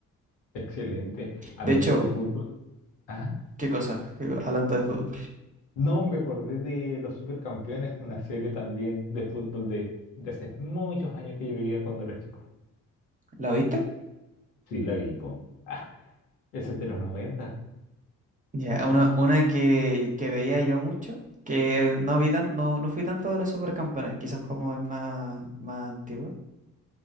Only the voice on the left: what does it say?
Excelente. Hablando
de fútbol. Ajá.
No, me acordé de Los Supercampeones, una serie también de fútbol de, de hace muchos años que yo veía cuando era chico.
Sí, la vi, po. <laughs> Ah, esa es de los 90.